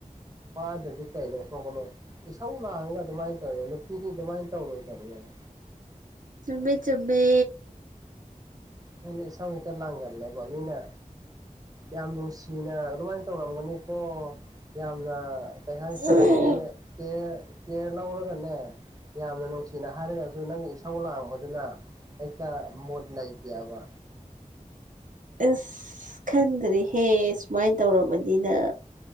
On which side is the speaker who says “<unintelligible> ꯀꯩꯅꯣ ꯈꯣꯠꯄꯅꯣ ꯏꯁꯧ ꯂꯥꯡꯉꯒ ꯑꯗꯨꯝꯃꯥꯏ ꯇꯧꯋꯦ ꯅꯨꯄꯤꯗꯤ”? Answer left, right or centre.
Right